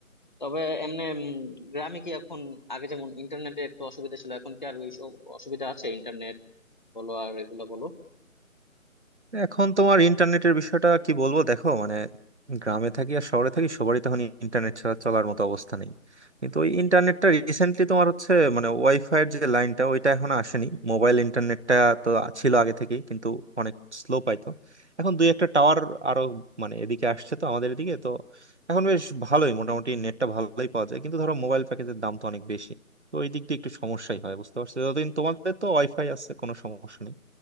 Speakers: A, on the left (about 30°); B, on the right (about 50°).
A: তবে এমনি উম, গ্রামে কি এখন আগে যেমন ইন্টারনেটে একটু অসুবিধা ছিল এখন কি আর ওই সব অসুবিধা আছে ইন্টারনেট বলো আর এগুলো বলো
B: এখন তোমার ইন্টারনেটের বিষয়টা কি বলবো দেখো মানে গ্রামে থাকি আর শহরে থাকি সবারই তখন ইন্টারনেট ছাড়া চলার মতো অবস্থা নেই কিন্তু ওই ইন্টারনেটটা রিসেন্টলি তোমার হচ্ছে মানে ওয়াইফাই এর যে লাইনটা ওইটা এখন আসেনি মোবাইল ইন্টারনেটটা তো ছিল আগে থেকেই কিন্তু অনেক স্লো পাইতো এখন দুই একটা টাওয়ার আরো মানে এদিকে আসছে তো আমাদের এদিকে তো এখন বেশ ভালোই মোটামুটি নেটটা ভালোই পাওয়া যায় কিন্তু ধরো মোবাইল প্যাকেজের দাম তো অনেক বেশি তো ওই দিক দিয়ে একটু সমস্যাই হয় বুঝতে পারছো যতদিন তোমাদের তো ওয়াইফাই আছে কোনো সমস্যা নেই